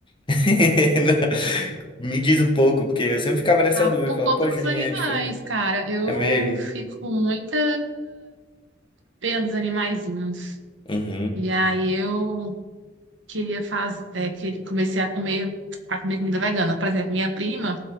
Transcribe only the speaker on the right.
Ah,
por
conta
dos animais,
cara. Eu
fico com muita pena dos animaizinhos.
E aí eu queria fazer, é, que comecei a comer, a comer comida vegana. Por exemplo, minha prima,